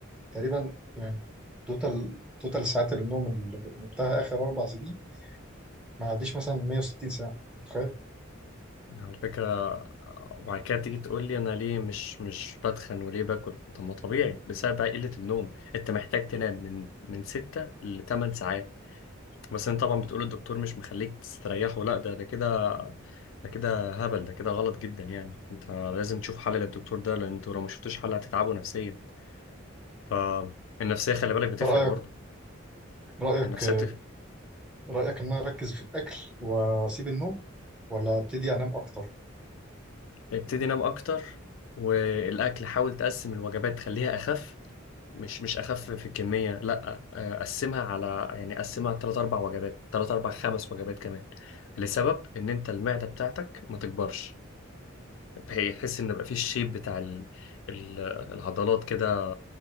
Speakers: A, in the centre; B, on the left (about 65°).
A: تقريبا يعني توتال توتال ساعات النوم اللي نمتها اخر اربع سنين ما عنديش مثلا 160 ساعة انت متخيل
B: على فكرة آه، وبعد كده تيجي تقول لي انا ليه مش مش بتخن وليه باكل طب ما طبيعي بسبب بقى قلة النوم انت محتاج تنام من من 6 ل 8 ساعات بس انت طبعا بتقول الدكتور مش مخليك تستريح ولا ده ده كده ده كده هبل ده كده غلط جدا يعني انت لازم تشوف حل للدكتور ده لان انتوا لو ما شفتوش حل هتتعبوا نفسيا فالنفسية خلي بالك بتفرق
A: رأيك
B: برضه
A: رأيك
B: النفسية بتفرق
A: رأيك ان انا اركز في الاكل واسيب النوم ولا ابتدي انام اكتر
B: ابتدي نام اكتر والاكل حاول تقسم الوجبات تخليها اخف مش مش اخف في الكميه لا آه، قسمها على يعني قسمها ثلاث اربع وجبات ثلاث اربع خمس وجبات كمان لسبب ان انت المعده بتاعتك ما تكبرش هي تحس ان بقى في الشيب بتاع ال- ال- العضلات كده